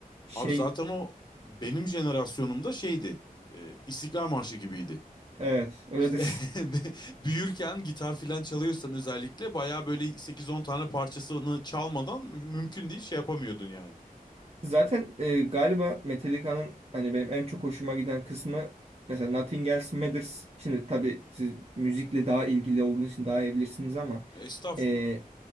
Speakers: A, on the right (about 45°); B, on the left (about 30°).
A: Şey
B: Abi zaten o benim jenerasyonumda şeydi. e, İstiklal Marşı gibiydi.
A: evet öyledir.
B: Biz <laughs> büyürken gitar filan çalıyorsan özellikle bayağı böyle 8-10 tane parçasını çalmadan mümkün değil şey yapamıyordun yani.
A: <laughs> Zaten e, galiba Metallica'nın hani benim en çok hoşuma giden kısmı mesela Nothing Else Matters. Şimdi tabii siz müzikle daha ilgili olduğunuz için daha iyi bilirsiniz ama
B: Estağfurullah.
A: e,